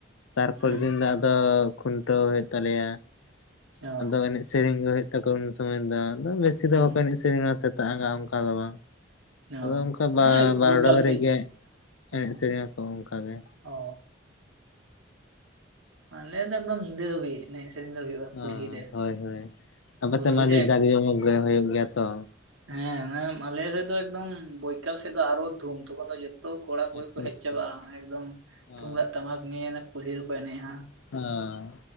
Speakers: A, on the left; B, on the right.
A: ᱛᱟᱨᱯᱚᱨᱮᱨ
B: ᱦᱩᱸ
A: ᱫᱤᱱ ᱫᱚ ᱟᱫᱚ ᱠᱷᱩᱱᱴᱟᱹᱣ ᱦᱩᱭᱩᱜ ᱛᱟᱞᱮᱭᱟ ᱾
B: ᱚ
A: ᱟᱫᱚ ᱮᱱᱮᱡ ᱥᱮᱨᱮᱧ ᱜᱮ ᱦᱩᱭᱩᱜ ᱛᱟᱠᱚᱣᱟ ᱩᱱ ᱥᱚᱢᱟᱹᱭ ᱫᱚ ᱵᱮᱥᱤ
B: ᱦᱩᱸ
A: ᱫᱚ ᱵᱟᱠᱚ ᱮᱱᱮᱡ ᱛᱤᱦᱤᱧ ᱥᱮᱛᱟᱜ ᱟᱸᱜᱟ ᱚᱱᱠᱟ ᱫᱚ ᱵᱟᱝ
B: ᱚ
A: ᱟᱫᱚ ᱚᱱᱠᱟ
B: ᱦᱮᱸ ᱟᱹᱭᱩᱵ
A: ᱵᱟᱨᱚᱴᱟ
B: ᱵᱳᱭᱠᱟᱞ
A: ᱫᱷᱟᱹᱨᱤᱡ
B: ᱥᱮᱫ
A: ᱜᱮ, ᱮᱱᱮᱡ
B: ᱚ
A: ᱥᱮᱨᱮᱧᱟᱠᱚ ᱚᱱᱠᱟ ᱜᱮ᱾ᱚᱻ
B: ᱚ ᱟᱞᱮ ᱫᱚ ᱮᱠᱫᱚᱢ ᱧᱤᱱᱫᱟᱹ ᱦᱟᱹᱵᱤᱡ ᱮᱱᱮᱡ ᱥᱮᱨᱮᱧ ᱫᱚ ᱦᱩᱭᱩᱜᱼᱟ᱾ ᱠᱩᱞᱦᱤ
A: ᱚᱦᱚ
B: ᱨᱮ
A: ᱦᱚᱭ ᱦᱚᱭ ᱟᱯᱮᱥᱮᱫ
B: ᱠᱩᱞᱦᱤ
A: ᱢᱟ ᱟᱹᱰᱤ
B: ᱨᱮ
A: ᱡᱟᱠ ᱡᱚᱢᱚᱠ ᱜᱮ ᱦᱩᱭᱩᱜ ᱜᱮᱭᱟ ᱛᱚ᱾
B: ᱦᱮᱸ ᱚᱱᱮ ᱢᱟᱞᱮ ᱥᱮᱫ ᱫᱚ ᱮᱠᱫᱚᱢ ᱵᱩᱭᱠᱷᱟ. ᱞ ᱥᱮᱫᱚ ᱟᱨᱚ ᱫᱷᱩᱢ ᱛᱚᱠᱷᱚᱱ ᱫᱚ ᱛᱚ ᱠᱚᱲᱟ, ᱠᱩᱲᱤ
A: ᱟᱪᱪᱷᱟ
B: ᱠᱚ ᱦᱮᱡᱽ
A: ᱟᱪᱪᱷᱟ
B: ᱪᱟᱵᱟᱜᱼᱟ ᱮᱠᱫᱚᱢ
A: ᱚ
B: ᱛᱩᱢᱫᱟᱜ, ᱴᱟᱢᱟᱠ ᱱᱤᱭᱮ ᱠᱩᱞᱦᱤ ᱨᱮᱠᱚ ᱮᱱᱮᱡᱼᱟ ᱾
A: ᱦᱮᱸ